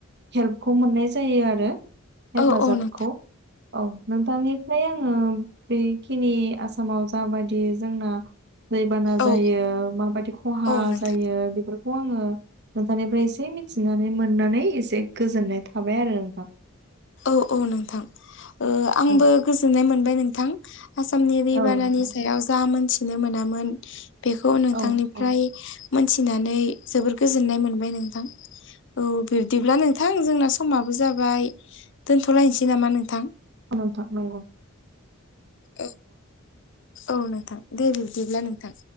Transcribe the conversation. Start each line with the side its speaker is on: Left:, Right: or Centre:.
Right: हेल्पखौ मोननाय जायो आरो हेफाजाबखौ
Left: औ औ नोंथां
Right: औ नोंथांनिफ्राय आङो बेखिनि आसामाव जाबायदि जोंना दैबाना जायो
Left: औ
Right: माबायदि खहा
Left: औ नोंथां
Right: जायो बेफोर खौ आङो नोंथांनिफ्राय एसे मिथिनानै मोननानै एसे गोजोननाय थाबाय आरो नोंथां
Left: औ औ नोंथां ओ आंबो
Right: औ
Left: गोजोननाय मोनबाय नोंथां आसामनि दैबानानि
Right: औ नोंथां
Left: सायाव जा मोनथिनो मोनामोन बेखौ नोंथांनिफ्राय
Right: औ औ
Left: मोनथिनानै जोबोर गोजोननाय मोनबाय नोंथां औ बिब्दिब्ला नोंथां जोंना समाबो जाबाय दोनथ'लायसै नामा नोंथां?
Right: औ नोंथां नंगौ
Left: औ औ नोंथां दे बिब्दिब्ला नोंथां